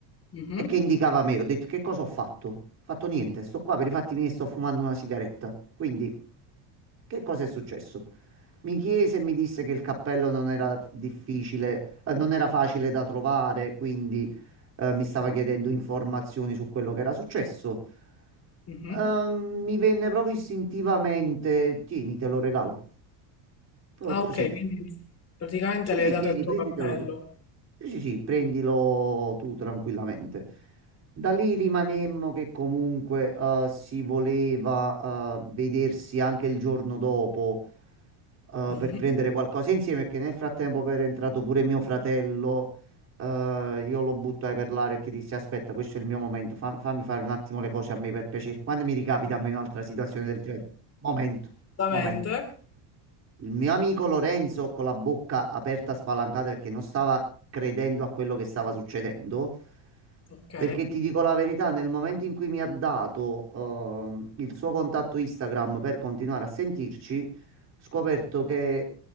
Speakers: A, on the left (about 30°); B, on the right (about 30°).
A: Mhm,
B: e che indicava me. Ho detto, che cosa ho fatto? Ho fatto niente, sto qua per i fatti miei, sto fumando una sigaretta. Quindi, che cosa è successo? Mi chiese e mi disse che il cappello non era difficile, eh, non era facile da trovare, quindi eh, mi stava chiedendo informazioni su quello che era successo.
A: mhm.
B: Ehm, mi venne proprio istintivamente, tieni, te lo regalo. Proprio
A: Ah, ok,
B: così,
A: quindi praticamente
B: sì,
A: le
B: sì,
A: hai dato
B: tieni,
A: il tuo
B: prenditelo
A: cappello.
B: tu. Sì, sì, sì, prendilo tu tranquillamente. Da lì
A: Ok.
B: rimanemmo che comunque eh, si voleva eh, vedersi anche il giorno dopo eh,
A: Mhm.
B: per prendere qualcosa insieme, perché nel frattempo era entrato pure mio fratello. eh, io lo buttai per l'aria perché dissi: Aspetta, questo è il mio momento, fa- fammi fare un attimo le cose a me per piacere. Quando mi ricapita a me un'altra situazione del genere? Momento,
A: Esattamente.
B: momento. Il mio amico Lorenzo, con la bocca aperta spalancata perché non stava credendo a quello che stava succedendo,
A: Ok.
B: perché ti dico la verità, nel momento in cui mi ha dato ehm, il suo contatto Instagram per continuare a sentirci, ho scoperto che